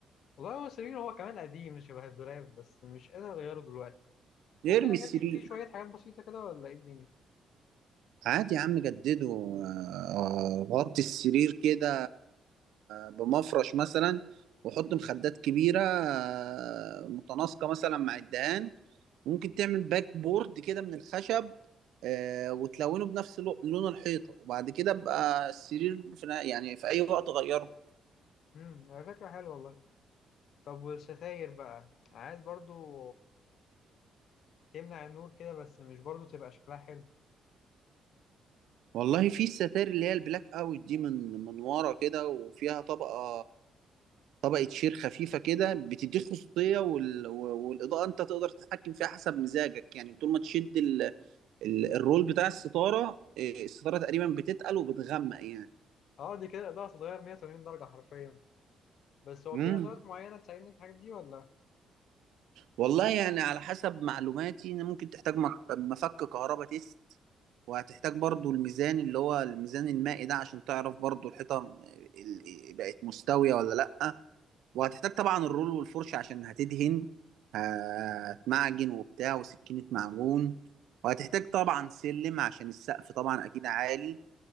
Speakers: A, on the left; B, on the right.
A: والله هو السرير هو كمان قديم شبه الدولاب بس مش قادر أغيره دلوقتي
B: ارمي
A: ممكن أجدد
B: السرير
A: فيه شوية حاجات بسيطة كده ولا إيه الدنيا؟
B: عادي يا عم جدده آه، غطي السرير كده بمفرش مثلا وحط مخدات كبيرة آه، متناسقة مثلا مع الدهان ممكن تعمل باك بورد كده من الخشب آه، وتلونه بنفس لو- لون الحيطة وبعد كده بقى السرير في يعني في أي وقت غيره
A: امم على فكرة حلوة والله طب والستاير بقى عايز برضو تمنع النور كده بس مش برضو تبقى شكلها حلو
B: والله في الستائر اللي هي البلاك اوت دي من من ورا كده وفيها طبقة طبقة شير خفيفة كده بتديك خصوصية وال... والإضاءة أنت تقدر تتحكم فيها حسب مزاجك يعني طول ما تشد ال... ال... الرول بتاع الستارة إيه، الستارة تقريبا بتتقل وبتغمق يعني
A: اه دي كده الإضاءة هتتغير 180 درجة حرفيا بس هو
B: امم
A: في ادوات معينه تساعدني في الحاجات دي ولا
B: والله يعني على حسب معلوماتي إن ممكن تحتاج مك... مفك كهرباء تيست وهتحتاج برضو الميزان اللي هو الميزان المائي ده عشان تعرف برضو الحيطة م- ال- بقت مستوية ولا لأ وهتحتاج طبعا الرول والفرشة عشان هتدهن هتمعجن وبتاع وسكينة معجون وهتحتاج طبعا سلم عشان السقف طبعا أكيد عالي